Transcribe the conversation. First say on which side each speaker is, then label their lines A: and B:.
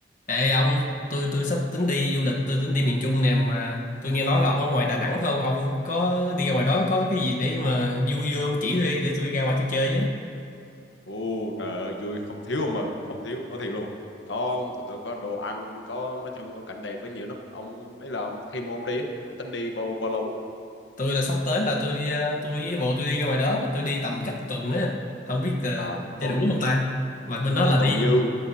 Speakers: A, on the left; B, on the left.
A: Ê ông, tôi tôi sắp tính đi du lịch, tôi tính đi miền Trung nè mà tôi nghe nói là ông ở ngoài Đà Nẵng phải không? Ông có đi ra ngoài đó có cái gì để mà vui vui ông chỉ tôi đi để tôi ra ngoài tôi chơi với.
B: Ồ trời ơi vui không thiếu ông mừ không thiếu nói thiệt luôn có tụi tôi có đồ ăn có nói chung có cảnh đẹp có nhiều lắm ông ấy là ông, khi mà ông đi á, ông tính đi bao bao lâu á?
A: Tôi là sắp tới là tôi đi ờ, tôi với bộ tôi đi ra ngoài đó, tôi đi tầm chắc một tuần á, không biết ờ,
B: à một
A: chơi
B: tuần
A: đủ không ta. Mà bên đó
B: một
A: là đi
B: tuần dư